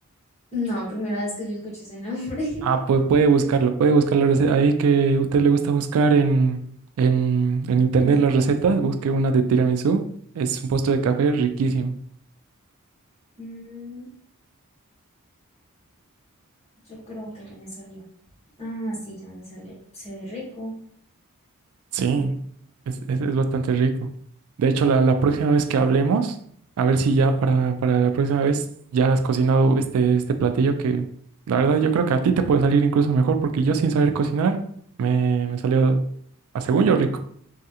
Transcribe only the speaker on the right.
Ah, pues puede buscarlo, puede buscar la receta. Ahí que a usted le gusta buscar en, en, en internet
las recetas, busque una de tiramisú. Es un postre de café riquísimo.
Sí, es, es- es bastante rico. De hecho, la, la próxima vez que hablemos, a ver si ya para, para la próxima vez ya has cocinado este, este platillo que la verdad yo creo que a ti te puede salir incluso mejor porque yo sin saber cocinar me, me salió a según yo rico.